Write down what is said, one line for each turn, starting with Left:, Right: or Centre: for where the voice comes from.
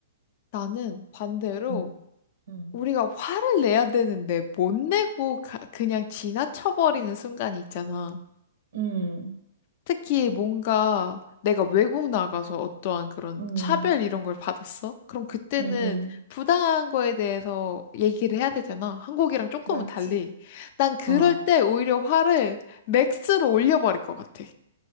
Left: 나는 반대로
Right: 음, 음,
Left: 우리가 화를 내야 되는데 못 내고 가- 그냥 지나쳐버리는 순간이 있잖아.
Right: 음,
Left: 특히 뭔가 내가 외국 나가서 어떠한 그런
Right: 음,
Left: 차별 이런 걸 받았어? 그럼 그때는
Right: 음, 음.
Left: 부당한 거에 대해서 얘기를 해야 되잖아. 한국이랑 조금은
Right: 그렇지.
Left: 달리. 난 그럴
Right: 어.
Left: 때 오히려 화를 맥스로 올려버릴 것 같아.